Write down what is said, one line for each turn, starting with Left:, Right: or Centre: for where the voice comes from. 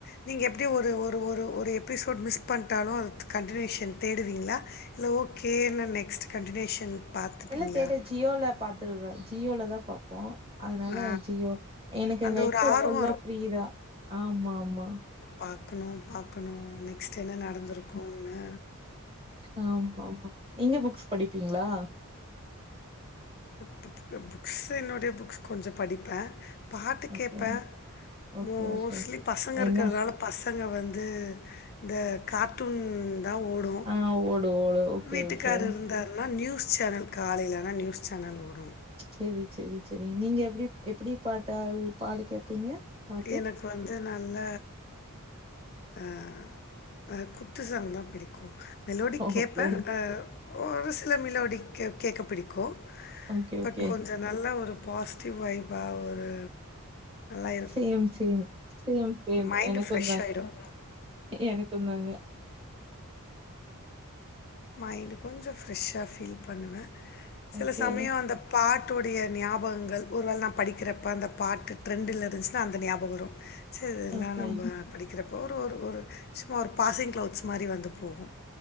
Left: நீங்க எப்டி ஒரு ஒரு ஒரு ஒரு எபிசோட் மிஸ் பண்ட்டாலு அது கன்டினியூஷன் தேடுவீங்களா இல்ல ஓகே நா நெக்ஸ்ட் கண்டினியூஷன் பார்த்துப்பீங்களா
Right: இல்ல தேட ஜியோல பாத்துருவே ஜியோல தா பாப்போ அதனால
Left: ஆ
Right: ஜியோ எனக்கு
Left: அந்த
Right: நெட்டு
Left: ஒரு ஆர்வோ
Right: ஃபுல்லா ஃப்ரீதா ஆமா ஆமா
Left: பாக்கணும் பாக்கணும் நெக்ஸ்ட் என்ன நடந்துருக்கோனு
Right: ஆமா ஆமா நீங்க புக்ஸ் படிப்பீங்களா
Left: புடுக்கு புக்ஸ் என்னுடைய புக்ஸ் கொஞ்சம் படிப்பேன். பாட்டு
Right: ஓகே.
Left: கேட்பேன்
Right: ஓகே,
Left: மோஸ்ட்லி
Right: ஓகே.
Left: பசங்க
Right: என்ன
Left: இருக்கிறதால பசங்க வந்து இந்த கார்ட்டூன் தான் ஓடும்
Right: ஆ ஓடு, ஓடு. Okay,
Left: வீட்டுக்கார்
Right: okay.
Left: இருந்தா ஆனா நியூஸ் சேனல் காலையிலானா நியூஸ் சேனல் ஓடும்
Right: சேரி சேரி சேரி நீங்க எப்டி எப்டி பாட்டா பாடு கேப்பீங்க பாட்டு?
Left: எனக்கு வந்து நல்ல ஆ அ குத்துசாங் தான் புடிக்கும் மெலோடி
Right: ஓகே.
Left: கேட்பேன் ஆ ஒரு சில மெலோடி கேட்க புடிக்கும்.
Right: Okay,
Left: but
Right: okay.
Left: கொஞ்ச நல்ல ஒரு பாசிட்டிவ் வைபா ஒரு line
Right: same same same same
Left: mind
Right: எனக்குந்தாங்க
Left: fresh ஆகிடும்
Right: எனக்குந்தாங்க
Left: மைண்டு் கொஞ்சம் ஃப்ரெஷ்ஷாக ஃபீல் பண்ணுவேன் சில
Right: ஓகே,
Left: சமயோ அந்த பாட்டோடைய ஞாபகங்கள் ஒருவேல நா படிக்கிறப்ப அந்த பாட்டு ட்ரெண்டில் இருந்து தா அந்த ஞாபகம் வரும் சேரி இதல்லாம்
Right: ஓகே.
Left: நம்ம படிக்கிறப்போ ஒரு ஒரு ஒரு சும்மா ஒரு பாசிங் கிளௌத்ஸ் மாரி வந்து போகும்